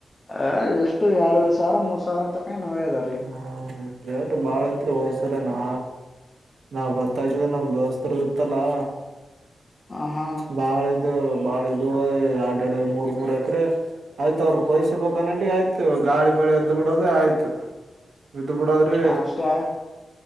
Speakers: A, on the left (about 25°); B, on the right (about 75°).
A: ಅ ಎಷ್ಟು ಎರಡೂವರು ಸಾವಿರ ಮೂರ್ ಸಾವಿರ ಅಂತಕ ಏನೋ ಹೊಗೆದ.
B: ಹ್ಮ್ ರೇಟ್ ಬಾಳ ಇತ್ತರಿ ಹೋಸಲ ನಾ. ನಾವ್ ಬರತ್ತಾ ಇದ್ದವಿ ನಮ್ ದೋಸ್ತರು ಇತ್ತಲ್ಲಾ.
A: ಹ ಹಾ.
B: ಬಾಳ ಇದು ಬಾಳ ಇದು ಎರಡ್ ಎರಡ ಮೂರ್ ಮೂರ್ ಎಕ್ರೆ. ಆಯ್ತು ಅವ್ರರು ಕೊಯ್ಬೇಕ ನಟಿ ಆಯ್ತು ಗಾಳಿ ಮಳೆ ಎದ್ದ್ ಬಿಡೋದು ಆಯ್ತು. ಬಿಟ್ಟು ಬಿುಡದ್ರೆ
A: ಅಷ್ಟೇ